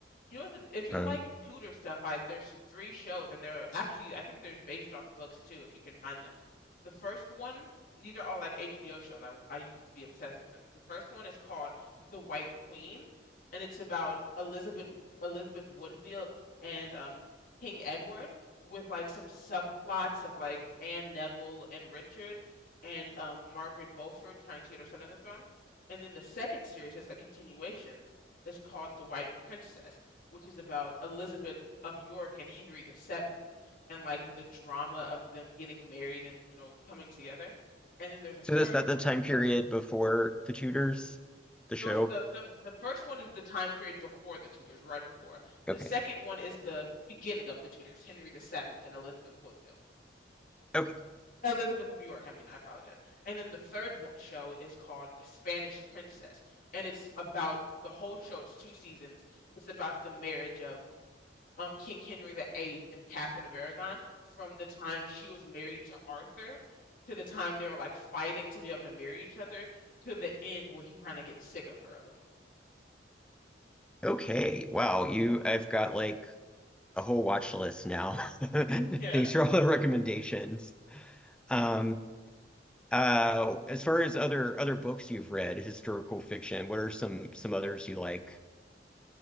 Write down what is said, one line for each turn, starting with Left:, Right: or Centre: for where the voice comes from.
Left: You know, what, if you
Centre: Um
Left: like Tudor stuff, I there's three shows, and they're actually I think they're based off books too, if you can find them. The first one, these are all like HBO shows. I I used to be obsessed with them. The first one is called The White Queen, and it's about Elizabeth Elizabeth Woodville and um King Edward with like some subplots of like Anne Neville and Richard and um Margaret Beaufort trying to get her son on the throne. And then the second series is a continuation. It's called The White Princess which is about Elizabeth of York and Henry the Seventh, and like the drama of them getting married and you know coming together. And then there's a third
Centre: so that's that
Left: one.
Centre: the time period before The Tudors, the
Left: No,
Centre: show?
Left: it's the, the the first one is the time period before the Tudors, right before. The
Centre: Okay.
Left: second one is the beginning of the Tudors, Henry the Seventh and Elizabeth Woodville.
Centre: Okay.
Left: Elizabeth of York, I mean, I apologize. And then the third one, show is called The Spanish Princess, and it's about the whole show. It's two seasons. It's about the marriage of um, King Henry the Eighth and Catherine of Aragon from the time she was married to Arthur to the time they were like fighting to be able to marry each other to the end where he kind of gets sick of her a little.
Centre: Okay. Wow, you I've got like a whole watch list now. <laughs> Thanks
Left: <laughs> Yeah.
Centre: for all the recommendations. Um Uh, as far as other other books you've read, historical fiction, what are some some others you like?